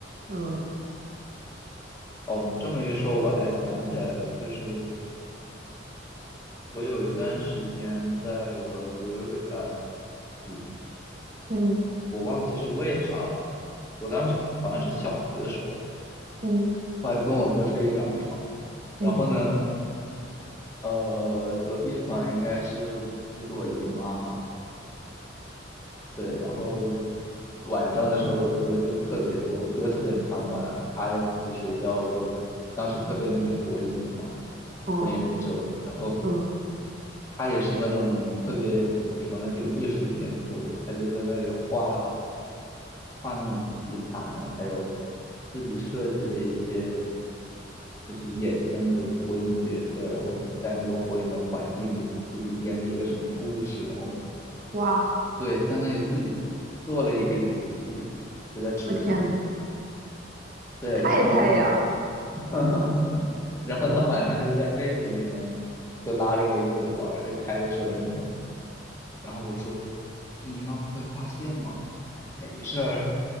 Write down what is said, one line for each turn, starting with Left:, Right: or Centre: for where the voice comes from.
Right: <laughs> 嗯
Left: 哦，你这么一说，我还想起来了，就是我有一段时间在我哥哥家住，
Right: 嗯
Left: 我忘记是为啥了。我当时好像是小学的时候，
Right: 嗯
Left: 我还跟我哥睡一张床。然后呢，
Right: 嗯，
Left: 呃，隔壁房应该是就是我姨妈，对。然后晚上的时候，我哥就特别，我哥特别贪玩，他也不睡觉，就当时特别迷火影嘛，
Right: 哦
Left: 火影忍者。然后
Right: 嗯，
Left: 他也是那种特别怎么说呢，有艺术天赋的，他就在那里画画那种棋盘，还有自己设计的一些就是衍生的火影角色，然后在那个火影的环境里自己编了一个什么故事，然后
Right: 哇。
Left: 对，相当于自己做了一个游戏，就在纸上，
Right: 我天呐，
Left: 对，
Right: 太太呀！
Left: 然后 <laughs> 然后他晚上就在被子里面就拉着我一起玩儿，就开着手电筒。然后我说这姨妈不会发现吗？哎，没事儿，